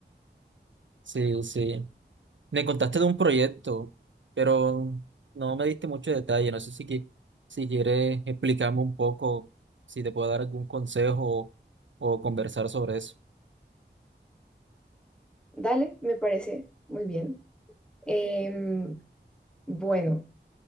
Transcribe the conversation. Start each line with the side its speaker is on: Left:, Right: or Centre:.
Right: Sí, sí. Me contaste de un proyecto, pero no me diste mucho detalle. No sé si, qui- si quieres explicarme un poco, si te puedo dar algún consejo o, o conversar sobre eso.
Centre: Dale, me parece muy bien. Em, bueno,